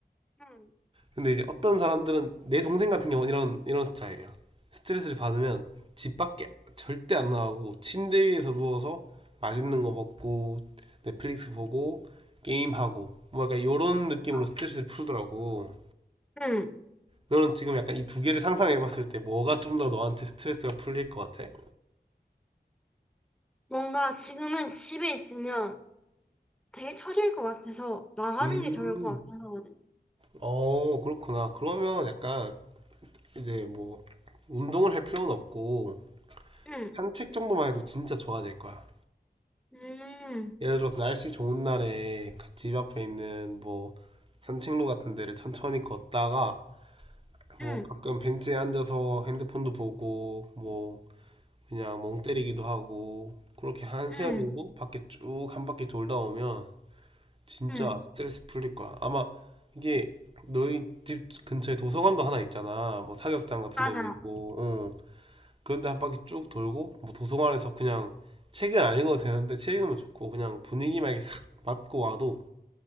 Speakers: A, in the centre; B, on the right (about 30°).
A: 응.
B: 근데 이제 어떤 사람들은 내 동생 같은 경우는 이런 이런 스타일이야. 스트레스를 받으면 집 밖에 절대 안 나가고 침대 위에서 누워서 맛있는 거 먹고 넷플릭스 보고 게임하고 뭐 약간 요런 느낌으로
A: 아,
B: 스트레스를 풀더라고.
A: 응.
B: 너는 지금 약간 이 두 개를 상상해봤을 때 뭐가 좀 더 너한테 스트레스가 풀릴 것 같아?
A: 뭔가 지금은 집에 있으면 되게 처질 것 같아서 나가는
B: 음,
A: 게 좋을 것 같긴 하거든.
B: 어, 그렇구나. 그러면 약간 이제 뭐 운동을 할 필요는 없고
A: 응,
B: 산책 정도만 해도 진짜 좋아질 거야.
A: 응,
B: 예를 들어서 날씨 좋은 날에 집 앞에 있는 뭐 산책로 같은 데를 천천히 걷다가 뭐
A: 응,
B: 가끔 벤치에 앉아서 핸드폰도 보고 뭐 그냥 멍 때리기도 하고 그렇게 한 시간
A: 응,
B: 정도 밖에 쭉 한 바퀴 돌다 오면 진짜
A: 응.
B: 스트레스 풀릴 거야. 아마 이게 너희 집 근처에 도서관도 하나 있잖아. 뭐 사격장 같은
A: 맞아.
B: 데도 있고, 어. 그런데 한 바퀴 쭉 돌고 뭐 도서관에서 그냥 책은 안 읽어도 되는데 책 읽으면 좋고 그냥 분위기만 이렇게 싹 맞고 와도